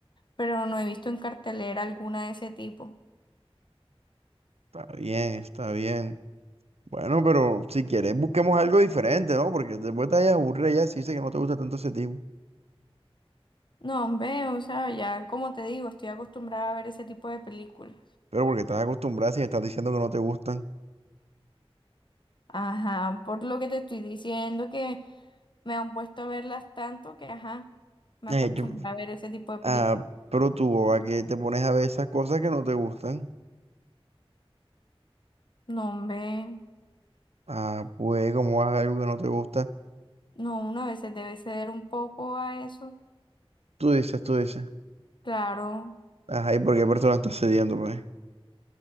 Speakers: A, on the left; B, on the right.
A: pero no he visto en cartelera alguna de ese tipo.
B: Está bien, está bien. Bueno, pero si quieres busquemos algo diferente, ¿no? Porque después te vayas a aburrir ya si dices que no te gusta tanto ese tipo.
A: No, hombre, o sea, ya como te digo, estoy acostumbrada a ver ese tipo de películas.
B: Pero porque estás acostumbrada si me estás diciendo que no te gustan.
A: Ajá, por lo que te estoy diciendo que me han puesto a verlas tanto que, ajá, me
B: Eh,
A: acostumbré
B: yo-
A: a ver ese tipo de películas.
B: ah, pero tú, ¿a qué te pones a ver esas cosas que no te gustan?
A: No, hombre,
B: Ah, pues, como vas a algo que no te gusta?
A: no, uno a veces debe ceder un poco a eso.
B: Tú dices, tú dices.
A: Claro.
B: Ajá, ¿y por qué persona estás cediendo, pues?